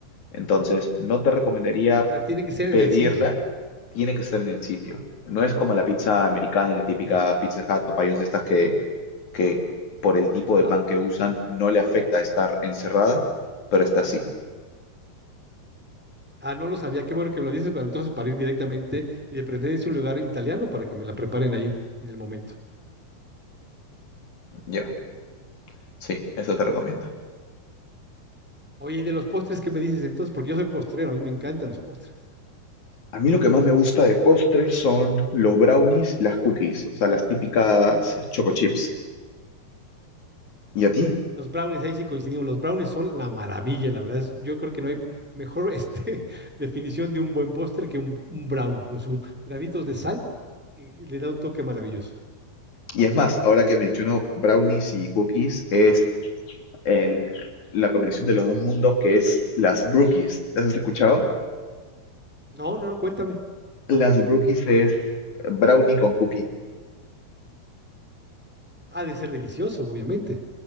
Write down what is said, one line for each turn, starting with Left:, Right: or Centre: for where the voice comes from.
Left: Entonces, no te recomendaría
Centre: O sea, tiene que ser
Left: pedirla,
Centre: en el sitio,
Left: tiene que ser en el sitio. No es como la pizza americana, la típica
Centre: ya.
Left: Pizza Hut, Popeyes, estas que, que por el tipo
Centre: Ajá.
Left: de pan que usan no le afecta estar encerrada, pero está así.
Centre: Ah, no lo sabía, qué bueno que me lo dices, pero entonces para ir directamente y de preferencia a un lugar italiano para que me la preparen ahí en el momento.
Left: Ya, sí, eso te recomiendo.
Centre: Oye, ¿y de los postres qué me dices entonces? Porque yo soy postrero, a mí me encantan los postres.
Left: A mí lo que más me gusta de postres son los brownies y las cookies, o sea, las típicas choco chips. Y a ti.
Centre: Los brownies, ahí sí coincidimos. Los brownies son la maravilla, la verdad. es- Yo creo que no hay mejor este, <laughs> definición de un buen postre que un, un brownie con sus granitos de sal y le da un toque maravilloso.
Left: Y es más, ahora que menciono brownies y cookies, es el- la combinación de los dos mundos que es las brookies. ¿Las has escuchado?
Centre: No, no, no, cuéntame.
Left: Las brookies es brownie con cookie.
Centre: Ha de ser delicioso, obviamente.